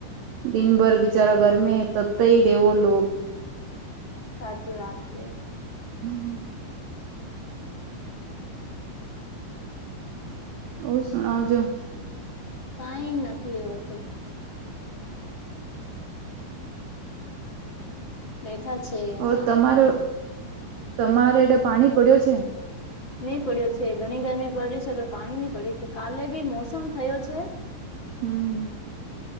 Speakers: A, on the right; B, on the left.
A: દિનભર બિચારા ગરમી હૈ તબતાઈ રહેેવો લોક
B: સાચી વાત છે.
A: હમ્મ. ઓર શુંણવજો.
B: કાઈ નથી એવો તો. બેઠા છે એમાં
A: ઓ તમારે તમારે એટલે પાણી પડ્યો છે.
B: નહી પડ્યો છે. ઘણી ગરમી પડી છેટ પાણી નહી પડ્યું છે કાલે ક મોસમ થયો છે.
A: હમ્મ.